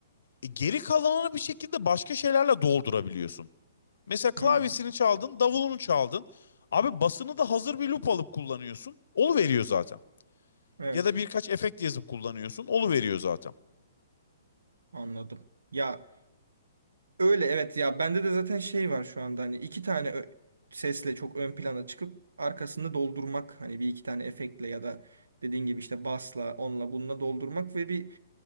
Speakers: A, on the left; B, on the right.
A: e, geri kalanını bir şekilde başka şeylerle doldurabiliyorsun. Mesela klavyesini
B: Hı.
A: çaldın, davulunu çaldın. Abi basını da hazır bir loop alıp kullanıyorsun. Olu veriyor zaten.
B: Evet,
A: Ya da birkaç efekt yazıp kullanıyorsun. Olu veriyor zaten.
B: anladım. Ya öyle evet ya bende de zaten şey var şu anda hani iki tane ö- sesle çok ön plana çıkıp arkasını doldurmak hani bir iki tane efektle ya da dediğin gibi işte basla onunla bununla doldurmak ve bir